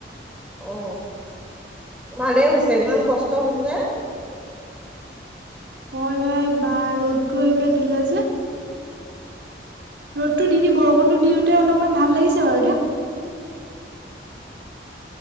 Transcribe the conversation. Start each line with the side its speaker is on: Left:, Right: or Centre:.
Centre: অ ভালেই হৈছে ইমান কষ্ট হৈছে।
Right: হয় ভাই বা ৰ'দতো একে দিলে যে। ৰ'দটো দি দি বৰষুণটো দিওঁতে অলপমান ভাল লাগিছে বাৰু দে।